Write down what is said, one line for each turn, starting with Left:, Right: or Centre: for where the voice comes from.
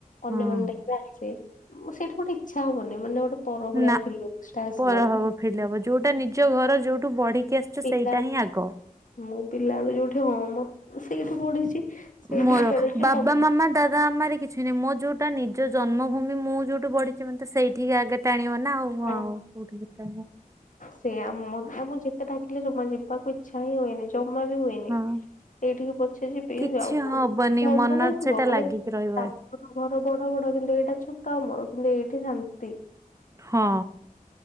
Right: ହଁ।
Left: ଅନ୍ୟ ମାନେ ଡାକିଲେ ଆସେ। ମୁଁ ସେଇଠି କୋଉଠି ଇଛା ହବନି ମାନେ ଗୋଟେ ପର ଭଳିଆ
Right: ନା,
Left: ଫିଲିଙ୍ଗସ୍ ଟା ଆସିବ
Right: ପର ହବ ଫିଲ୍ ହବ ଯୋଉଟା ନିଜ ଘର ଯୋଉ ତୁ ବଢିକି ଆସିଛ
Left: ପିଲା
Right: ସେଇଟା ହିଁ ଆଗ।
Left: ମୁଁ ପିଲାବେଳୁ ଯୋଉଠି ହଁ ମ। ସେଇଠି ପଢିଛି ସେଇଠି
Right: ମୋର
Left: ଖେଳୁଛି
Right: ବାବା
Left: ସବୁ
Right: ମାମା ଦାଦା ମମାରେ କିଛି ନାହିଁ ମୋ ଯୋଉଠି ନିଜ ଜନ୍ମଭୂମି ମୁଁ ଯୋଉଠୁ ବଢିଛି ମତେ ସେଇ ଟିକେ ଆଗେ ଟାଣିବ ନା ଆଉ
Left: ହଁ
Right: ଆଉ କୋଉଠିକ ଟାଣ।
Left: ସେ ଆମ ଆମ ଯେତେ ଡାକିଲେ ଜମା ଯିବାକୁ ଇଚଛା ହିଁ ହୁଏନି। ଜମା ବି ହୁଏନି
Right: ହଁ
Left: ସେଇଠିକି ପଛେ ଯିବି
Right: କିଛି
Left: ଆଉ କ
Right: ହବନି
Left: ଧନ୍ଦା
Right: ମନ
Left: ହେଇଥିବ
Right: ସେଟା
Left: ମାନେ
Right: ଲାଗିକି ରହିବ
Left: ତାଙ୍କର
Right: ଏଠି
Left: ଘର ବଡ ବଡ କିନ୍ତୁ ଏଇଟା ଛୋଟ କମ କିନ୍ତୁ ଏଇଠି ଶନ୍ତି।
Right: ହଁ।